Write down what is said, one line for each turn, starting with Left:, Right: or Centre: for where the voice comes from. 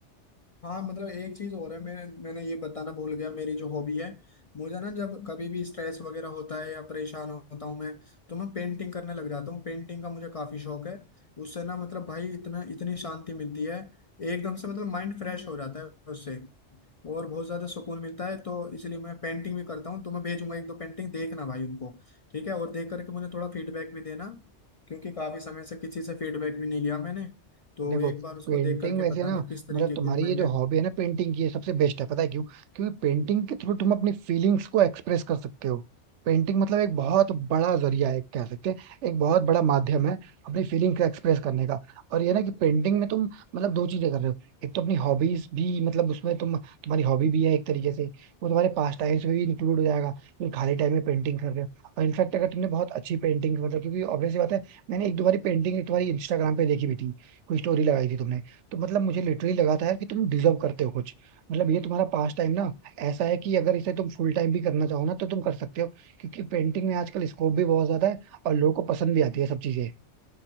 Left: हाँ मतलब एक चीज और है मैंने मैंने ये बताना भूल गया मेरी जो हॉबी है मुझे ना जब कभी भी स्ट्रेस वगैरह होता है या परेशान होता हूँ मैं तो मैं पेंटिंग करने लग जाता हूँ पेंटिंग का मुझे काफी शौक है उससे ना मतलब भाई इतना इतनी शांति मिलती है एकदम से मतलब माइंड फ्रेश हो जाता है उससे और बहुत ज्यादा सुकून मिलता है तो इसलिए मैं पेंटिंग भी करता हूँ तो मैं भेजूंगा एक दो पेंटिंग देखना भाई उनको ठीक है और देख करके मुझे थोड़ा फीडबैक भी देना क्योंकि काफी समय से किसी से फीडबैक भी नहीं लिया मैंने तो
Right: देखो
Left: एक बार उसको
Right: पेंटिंग
Left: देख करके
Right: वैसे
Left: बताना
Right: ना
Left: किस तरीके
Right: मतलब तुम्हारी
Left: की ड्राइंग
Right: ये जो
Left: है
Right: हॉबी है ना पेंटिंग की ये सबसे बेस्ट है पता है क्यों क्योंकि पेंटिंग के थ्रू तुम अपनी फीलिंग्स को एक्सप्रेस कर सकते हो पेंटिंग मतलब एक बहुत बड़ा जरिया है कह सकते हैं एक बहुत बड़ा माध्यम है अपनी फीलिंग को एक्सप्रेस करने का और ये ना कि पेंटिंग में तुम मतलब दो चीजें कर रहे हो एक तो अपनी हॉबीज भी मतलब उसमें तुम तुम्हारी हॉबी भी है एक तरीके से वो तुम्हारे पास टाइम्स में भी इंक्लूड हो जाएगा क्योंकि खाली टाइम में पेंटिंग कर रहे हो और इनफैक्ट अगर तुमने बहुत अच्छी पेंटिंग मतलब क्योंकि ऑब्वियसली बात है मैंने एक दो बारी पेंटिंग तुम्हारी इंस्टाग्राम पे देखी भी थी कोई स्टोरी लगाई थी तुमने तो मतलब मुझे लिटरली लगा था यार कि तुम डिजर्व करते हो कुछ मतलब ये तुम्हारा पास टाइम ना ऐसा है कि अगर इसे तुम फुल टाइम भी करना चाहो ना तो तुम कर सकते हो क्योंकि पेंटिंग में आजकल स्कोप भी बहुत ज्यादा है और लोगों को पसंद भी आती है सब चीजें